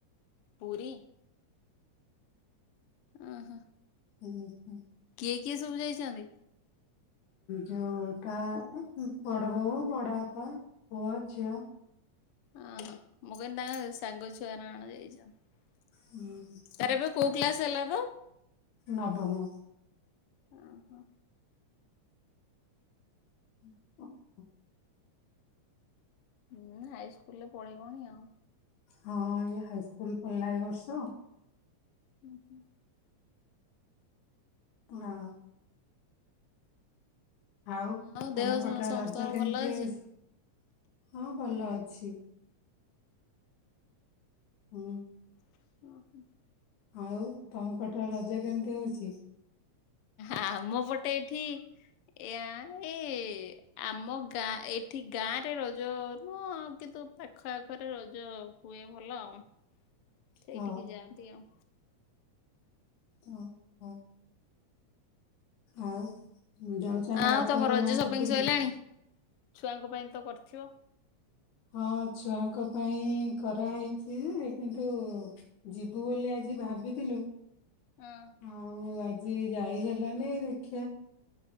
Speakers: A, on the left; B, on the left.
A: ପୁରୀ ଉଁ ହୁଁ
B: ହୁଁ ହୁଁ
A: କିଏ କିଏ ସବୁ ଯାଇଛନ୍ତି।
B: ଯୋଉଟା ବଡ ବୋଉ ବଡ ବାପା ପୁଅ ଝିଅ।
A: ହଁ ମୁଁ କହିଲି ନା ସାଙ୍ଗ ଛୁଆ କଣ ଯାଇଛନ୍ତି।
B: ହୁଁ
A: ତାର ଏବେ କୋଉ କ୍ଲାସ ହେଲା ତ?
B: ନବମ
A: ଓଃ ହୋ
B: <unintelligible>
A: ହୁଁ ହାଇ ସ୍କୁଲରେ ପଢେଇିବନି ଆଉ
B: ହଁ ଏଇ ହାଇ ସ୍କୁଲ ପଲ୍ଲା ଏ ବର୍ଷ
A: ହୁଁ ହୁଁ
B: ନା ଆଉ
A: ଦେହ
B: ତମ ପଟରେ
A: ସମସ୍ତଙ୍କର
B: ରଜ କେମିତି
A: ଭଲ
B: ହଉଛି।
A: ଅଛି?
B: ହଁ ଭଲ ଅଛି। ହୁଁ
A: <inaudible>
B: ଆଉ ତମ ପାଟ ରାଜ କେମତି? ହଉଛି
A: ଆମ ପଟେ ଏଇଠି ଏୟା ଏଇ ଆମ ଗାଁ, ଏଠି ଗାଁରେ ରଜ ନୁହ, କିନ୍ତୁ ପାଖ ଆଖରେ ରଜ ହୁଏ ଭଲ ଆଉ। ସେଇଠିକି
B: ହଉ
A: ଯାଆନ୍ତି ଆଉ।
B: ହଁ। ହଉ। ଆଉ। ଉନ୍ ଯାଉଚ ନା କଣ
A: ଆଉ
B: ବାପଘର
A: ତମ ରଜ
B: ଗାଁକୁ
A: ସପିଙ୍ଗ
B: ବୁଲି?
A: ସଇଲାଣି ଛୁଆଙ୍କ ପାଇଁ ତ କରିଥିବ?
B: ହଁ ଛୁଆଙ୍କ ପାଇଁ କରାହେଇଚି। କିନ୍ତୁ ଯିବୁ ବୋଲି ଆଜି ଭାବିଥିଲୁ।
A: ହଁ
B: ଆଉ ଆଗ୍ ଯିଏ ଯାଇ ହେଲାନି ଦେଖିବା।